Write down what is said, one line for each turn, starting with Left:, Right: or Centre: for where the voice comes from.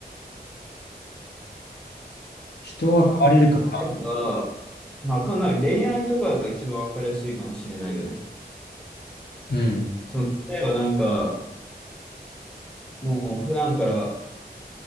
Left: 人は変われるかか。
Centre: 例えば、まあわかんない。恋愛とかが一番わかりやすいかもしれないよね。
Left: うん。
Centre: その、例えばなんか、もう普段から、